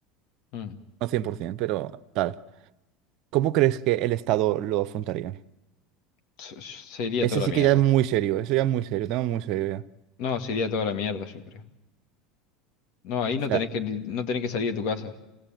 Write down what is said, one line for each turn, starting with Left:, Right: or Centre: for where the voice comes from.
Left: Mm.
Right: No 100% pero tal. ¿Cómo crees que el Estado lo afrontaría?
Left: S- Sería
Right: Ese
Left: toda la
Right: sí
Left: mierda.
Right: que ya es muy serio, eso ya es muy serio, tema muy serio ya.
Left: No, sería toda la mierda, yo creo. No, ahí no
Right: O sea,
Left: tenés que, li- no tenés que salir de tu casa.